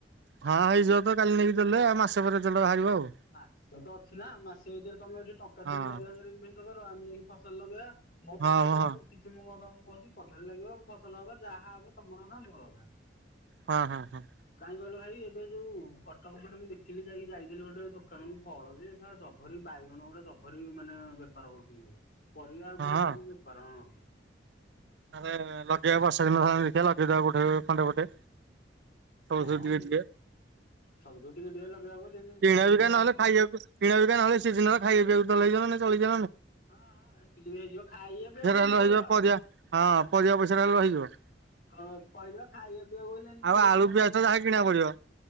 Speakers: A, on the right; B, on the left.
A: ହଁ, ହେଇଯିବ ତ କାଲି ନେଇକି ଦେଲେ ଆଉ ମାସ ପରେ ରେଜଲ୍ଟ ବାହାରିବ ଆଉ।
B: ମାସେ ତ ଅଛି ନା, ମାସେ ଭିତରେ ତମେ ଏଠି ଟଙ୍କା ତିନି,
A: ଆଉ
B: ଚାରି ହଜାର ଇନଭେଷ୍ଟ କର ଆମେ ଯାଇକି ଫସଲ ଲଗେଇବା। ମୋ
A: ହଁ
B: ପଦାରେ
A: ହଁ
B: ତ
A: ହଁ
B: ଲାଗୁ କିଛି ମୁଁ କଣ କହୁଛି ପଦାରେ ଲାଗିବ ଫସଲ ହବ ଯାହା ହବ ତମର ଅଧା ମୋର ଅଧା।
A: ହଁ, ହଁ, ହଁ।
B: କାହିଁ କହିଲ ଭାଇ ଏବେ ଯୋଉ କଟକ ପଟେ ମୁଁ ଦେଖିଲି ଯାଇକି ଯାଇଥିଲି ଗୋଟେ ଦୋକାନକୁ ଫଳ ଯେ ଶଳା ଜଭରି ବାଇଗଣ ଗୁଡା ଜଭରି ମାନେ ବେପାର କରୁଥିଲେ। ପରିବା ଉପରେ
A: ହଁ
B: ସବୁ ବେପାର ହଁ।
A: ତାହେଲେ ଲଗେଇବା ବର୍ଷା ଦିନ ହେଲେ ଦେଖିବା ଲଗେଇଦବା କଉଠି ଖଣ୍ଡେ ଗୋଟେ ସବୁ ଥୀରୁ
B: ହଁ
A: ଟିକେ ଟିକେ
B: ସବୁଥିରୁ ଟିକେ ଟିକେ ଲଗେଇବ ଯେମିତି
A: କିଣା
B: ଶୀଘ୍ର
A: ବିିକା
B: ହେଇକି
A: ନହେଲେ ଖାଇବାକୁ କିଣା ବିକା ନହେଲେ ସେ ଦିନ ଖାଇବା ପିଇବାକୁ <unintelligible> ଚଳି
B: ହଁ, ହଁ ହେତିକିରେ ହେଇଯିବ ଖାଇବା ପିଇବାକୁ
A: ହେଲେ
B: ତ
A: ରହିଯିବ
B: ଢେର ହବ।
A: ପରିବା ହଁ, ପରିବା ପଇସା ଟା ହେଲେ ରହିଯିବ।
B: ହଉ କହିଲ ଖାଇବା ପିଇବାକୁ ହେଲେ
A: ଆଉ
B: ତଳୁତ
A: ଆଳୁ ପିଆଜ
B: ଖାଉ
A: ତ
B: ଧ
A: ଯାହା
B: ଯି
A: କିଣା ପଡିବ